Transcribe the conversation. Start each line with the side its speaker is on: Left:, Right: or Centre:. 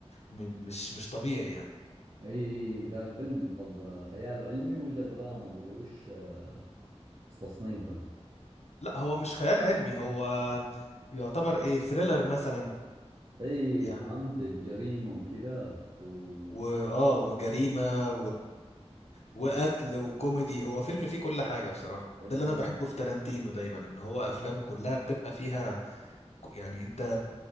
Left: م- مش مش طبيعي يعني
Right: أي ذا الفيلم طب آه، خيال علمي ولا دراما ولا وش آه، تصنيفه
Left: لا هو مش خيال علمي هو يعتبر ايه ثريلر مثلا
Right: أي
Left: يعني
Right: فهمتك جريمة وكذا و
Left: واه وجريمه وقتل وكوميدي هو فيلم فيه كل حاجة بصراحة
Right: أي
Left: ده اللي انا بحبه في تارانتينو دايما ان هو افلامه كلها بتبقى فيها ك- يعني انت